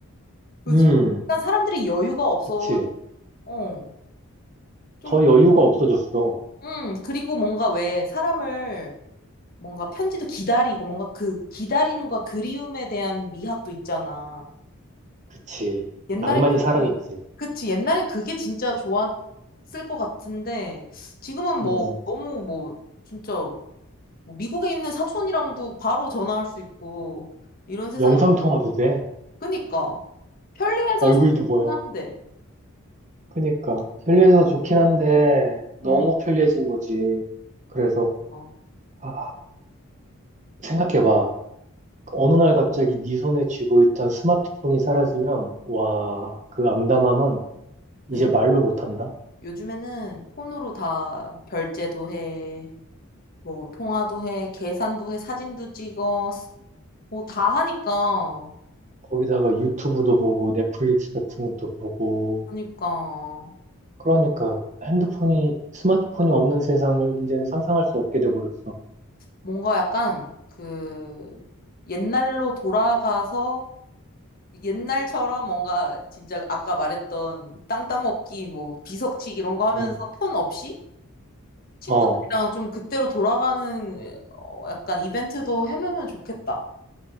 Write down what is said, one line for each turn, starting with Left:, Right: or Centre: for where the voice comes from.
Left: 그지?
Right: 음
Left: 약간 사람들이 여유가 없어,
Right: 그치
Left: 어, 좀,
Right: 더 여유가 없어졌어.
Left: 음, 그리고 뭔가 왜 사람을 뭔가 편지도 기다리고 뭔가 그 기다림과 그리움에 대한 미학도 있잖아.
Right: 그치
Left: 옛날엔
Right: 낭만이
Left: 그게-
Right: 사라졌지.
Left: 그치 옛날엔 그게 진짜 좋았을 것 같은데 지금은 뭐
Right: 음
Left: 너무 뭐 진짜 뭐 미국에 있는 사촌이랑도 바로 전화할 수 있고 이런 세상이
Right: 영상 통화도 돼
Left: 그니까 편리해서
Right: 얼굴도
Left: 좋긴
Right: 보여.
Left: 한데
Right: 그니까 편리해서
Left: 음,
Right: 좋긴 한데 너무
Left: 음,
Right: 편리해진 거지. 그래서
Left: 어,
Right: 아, 생각해봐. 어느 날 갑자기 네 손에 쥐고 있던 스마트폰이 사라지면 와, 그 암담함은 이제
Left: 그니까
Right: 말로 못한다.
Left: 요즘에는 폰으로 다 결제도 해 뭐 통화도 해 계산도 해 사진도 찍어 뭐 다 하니까
Right: 거기다가 유튜브도 보고 넷플릭스 같은 것도 보고
Left: 그니까
Right: 그러니까 핸드폰이 스마트폰이 없는 세상을 이제는 상상할 수 없게 돼버렸어.
Left: 뭔가 약간 그 옛날로 돌아가서 옛날처럼 뭔가 진짜 아까 말했던 땅 따먹기 뭐 비석치기 이런 거 하면서
Right: 응.
Left: 폰 없이 친구들이랑
Right: 어,
Left: 좀 그때로 돌아가는 어, 약간 이벤트도 해매면 좋겠다.